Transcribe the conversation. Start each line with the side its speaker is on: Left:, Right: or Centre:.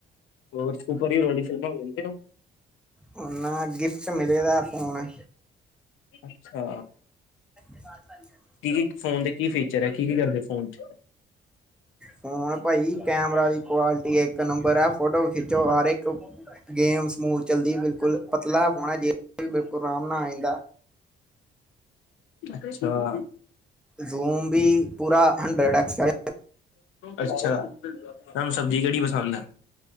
Left: ਹੋਰ, ਸੁਪਰ ਹੀਰੋ ਵਾਲੀ ਫਿਲਮਾ ਵੇਖਦੇ ਹੋ?
Centre: ਉਹਨਾਂ ਗਿਫਟ ਮਿਲੇ ਦਾ ਫੋਨ।
Left: ਅੱਛਾ।
Centre: <unintelligible> <inaudible>
Left: ਕੀ, ਇੱਕ ਫੋਨ ਦੇ ਕੀ ਫੀਚਰ ਐ, ਕੀ-ਕੀ ਕਰਦੇ ਫੋਨ ਚੋ
Centre: ਫੋਨ ਭਾਈ ਕੈਮਰਾ ਦੀ, ਕੁਆਲਿਟੀ ਇੱਕ ਨੰਬਰ ਹੈ। ਫੋਟੋ ਖਿੱਚੋ ਹਰ ਇੱਕ ਗੇਮ ਸਮੂਥ ਚੱਲਦੀ ਬਿਲਕੁਲ, ਪਤਲਾ ਫੋਨ ਹੈ, ਜੇਬ ਚ ਬਿਲਕੁਲ ਆਰਾਮ ਨਾਲ ਆਏ ਗਾ
Left: ਅੱਛਾ।
Centre: ਜ਼ੂਮ ਵੀ ਪੂਰਾ, ਹੰਡਰਡ ਐਕਸਟ
Left: ਅੱਛਾ, ਤੁਹਾਨੂੰ ਸਬਜ਼ੀ ਕਿਹੜੀ ਪਸੰਦ ਐ?